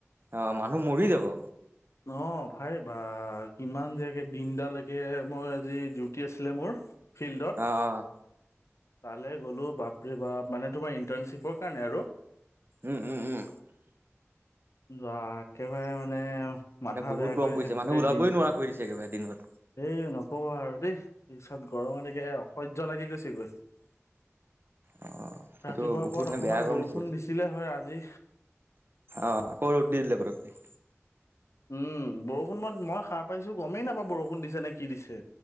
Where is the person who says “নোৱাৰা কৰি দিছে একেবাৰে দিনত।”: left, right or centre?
Right